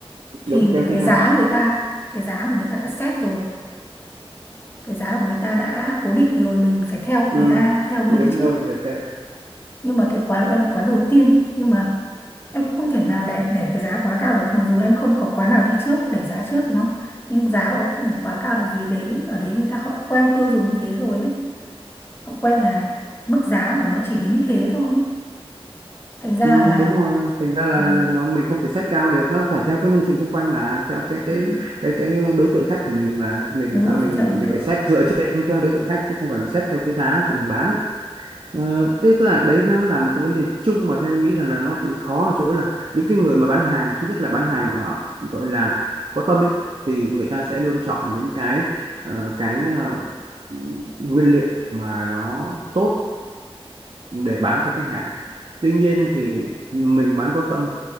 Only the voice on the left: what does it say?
thì
cái
giá
người ta cái giá của người ta đã set rồi cái giá của người ta đã cố định rồi mình phải theo
người ta theo người
đi trước
nhưng mà cái quán của em là quán đầu tiên nhưng mà em cũng không thể nào để để cái giá quá cao được mặc dù em không có quán nào đi trước để giá trước đúng không nhưng giá của em không thể quá cao được vì đấy ở đấy người ta họ quen tiêu dùng như thế rồi ấy họ quen là mức giá của nó chỉ đến như thế thôi ấy. thành ra
là
Ừ,
ừ.
đúng
rồi
phải theo đối
tượng